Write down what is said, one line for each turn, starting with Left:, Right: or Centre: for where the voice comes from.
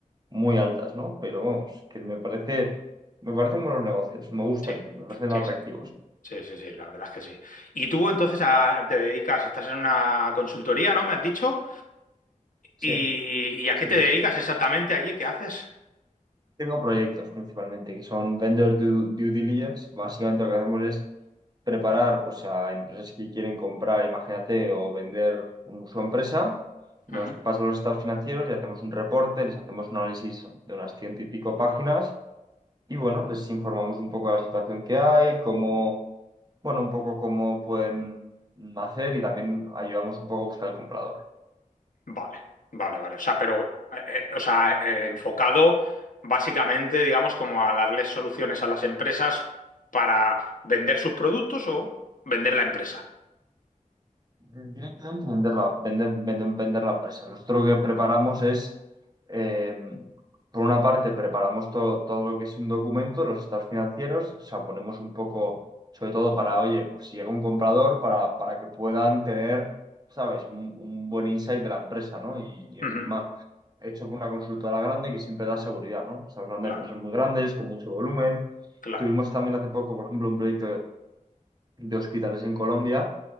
Right: muy altas, ¿no? Pero vamos, que me parece, me parecen buenos negocios, me gustan,
Left: Sí,
Right: me parecen atractivos.
Left: sí, sí, sí, sí, sí, la verdad es que sí. Y tú entonces a- te dedicas, estás en una consultoría, ¿no? Me has dicho.
Right: Sí,
Left: ¿Y, y a
Right: sí,
Left: qué te
Right: sí,
Left: dedicas
Right: sí.
Left: exactamente allí? ¿Qué haces?
Right: Tengo proyectos principalmente que son vendor due, due diligence. Básicamente lo que hacemos es preparar pues, a empresas que quieren comprar, imagínate, o vender un- su empresa. Nos
Left: Ujú.
Right: pasan los estados financieros y hacemos un reporte, les hacemos un análisis de unas ciento y pico páginas y bueno, les informamos un poco de la situación que hay, cómo bueno, un poco cómo pueden hacer y también ayudamos un poco a buscar el comprador.
Left: Vale, vale, vale. O sea, pero, eh, eh, o sea, eh, enfocado básicamente, digamos, como a darles soluciones a las empresas para vender sus productos o vender la empresa.
Right: Directamente vender la, vender, vender- vender la empresa. Nosotros lo que preparamos es, eh, por una parte, preparamos to- todo lo que es un documento, los estados financieros, o sea, ponemos un poco, sobre todo para, oye, pues si llega un comprador, para, para que puedan tener, ¿sabes?, un, un buen insight de la empresa, ¿no? Y, y encima,
Left: Ujú.
Right: hecho por una consultora grande que siempre da seguridad, ¿no? Estamos hablando
Left: Claro,
Right: de empresas muy grandes, con mucho volumen.
Left: claro,
Right: Tuvimos también hace poco, por ejemplo, un proyecto de hospitales en Colombia